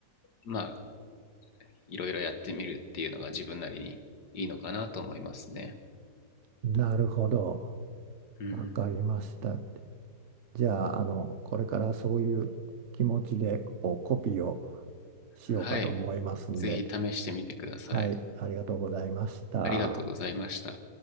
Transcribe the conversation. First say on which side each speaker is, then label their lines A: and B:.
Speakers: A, on the left; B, on the right.
A: まあ、いろいろやってみるっていうのが自分なりにいいのかなと思いますね。
B: い。なるほど。
A: うん。
B: わかりました。じゃあ、あの、これからそういう気持ちでこうコピーをしようかと思いますんで、
A: はい。ぜひ試してみてください。
B: はい、ありがとうございました。
A: ありがとうございました。